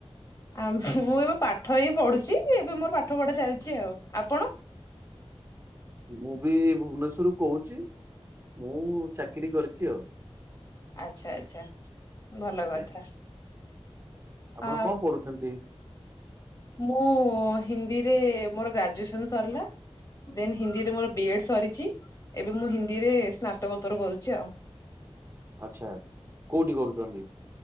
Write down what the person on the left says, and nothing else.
ଆଉ ମୁଁ ଏବେ ପାଠ ହେଇ ପଢୁଛି ଏବେ ମୋର ପାଠ ପଢା ଚାଲିଛି ଆଉ। ଆପଣ?
ଆଚ୍ଛା, ଆଛା ଭଲ
କଥା।
ଆ
ମୁଁ ହିନ୍ଦୀରେ ମୋର ଗ୍ରାଜୁଏସନ ସରିଲା ଦେନ୍ ହିନ୍ଦୀରେ ମୋର ବି ଏ ଡ ସରିଛି ଏବେ ମୁଁ ହିନ୍ଦୀରେ ସ୍ନାତକୋତ୍ତର କରୁଛି ଆଉ।